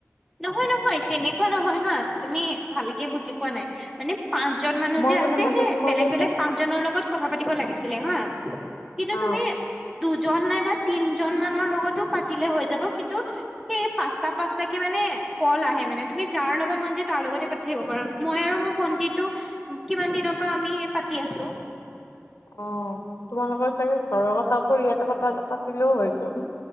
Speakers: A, in the centre; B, on the left (about 80°).
A: নহয়, নহয়। তেনেকুৱা নহয় হা, তুমি ভালকে বুজি পোৱা নাই। মানে। পাঁচ জন মানুহ
B: মই
A: যে
B: মানে
A: আছে
B: মাজত
A: সেই
B: সোমালো
A: বেলেগ বেলেগ
B: যে
A: পাঁচজনৰ লগত কথা পাতিব লাগিছিলে হা। কিন্তু
B: অ
A: তুমি দুধ। দুজন নাইবা তিনজন মানৰ লগতো পাতিলে হৈ যাব কিন্তু সেই পাঁচটা পাঁচ। কল আহে মানেতুমি যাৰ লগা মন তাৰে লগত পাতিব পাৰা মই মোৰ ভন্টিটো কিমান দিনৰ পৰা আমি পাতি আছোঁ।
B: অ'। তোমালোকৰ চাগে ঘৰৰ কথা, পৰিয়ালৰ কথা পাতিলেও হৈ চোৱা!